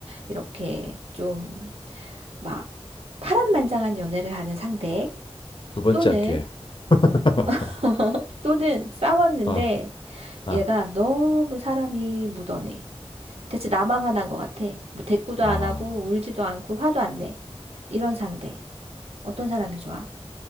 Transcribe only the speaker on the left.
두 번째
할게. <laughs>
어, 어.
아,